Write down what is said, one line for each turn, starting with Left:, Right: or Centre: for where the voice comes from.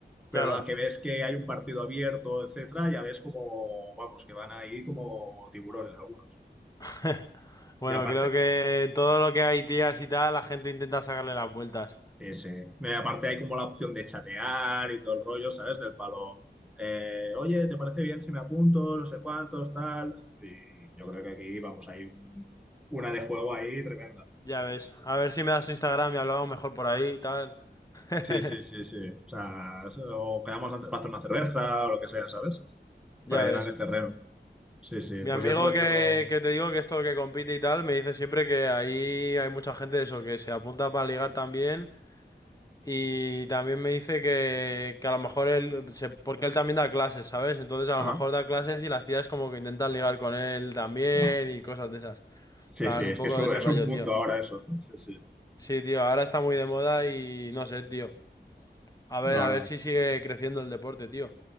Left: Claro.
Centre: pero a la que ves que hay un partido abierto, etcétera, ya ves como, vamos, que van ahí como tiburones algunos.
Left: <laughs> Bueno,
Centre: Y aparte,
Left: creo que todo lo que hay tías y tal, la gente intenta sacarle las vueltas.
Centre: Sí, sí. No, Y aparte hay como la opción de chatear y todo el rollo, ¿sabes? Del palo, eh, oye, ¿te parece bien si me apunto? No sé cuántos, tal. Y yo creo que aquí, vamos, hay un- una de juego ahí tremenda.
Left: Ya ves. A ver si me das tu Instagram y hablamos mejor por ahí y tal. <laughs>
Centre: Sí, sí, sí, sí. O sea, o quedamos antes para hacer una cerveza o lo que sea, ¿sabes?
Left: Ya
Centre: Para llenar
Left: ves.
Centre: el terreno. Sí, sí.
Left: Mi
Centre: Pues
Left: amigo
Centre: ya, te lo,
Left: que,
Centre: ya lo...
Left: que te digo que esto que compite y tal, me dice siempre que ahí hay mucha gente de eso, que se apunta para ligar también. Y también me dice que, que a lo mejor él, se- porque él también da clases, ¿sabes? Entonces a
Centre: Ajá.
Left: lo mejor da clases y las tías como que intentan ligar con él también
Centre: Guau.
Left: y cosas de esas. plan,
Centre: Sí, sí, es
Left: un poco
Centre: que es un,
Left: de ese
Centre: es
Left: rollo,
Centre: un mundo
Left: tío.
Centre: ahora eso. ¿eh? Sí, sí.
Left: Sí, tío, ahora está muy de moda y no sé, tío. A ver,
Centre: No,
Left: a ver
Centre: no.
Left: si sigue creciendo el deporte, tío.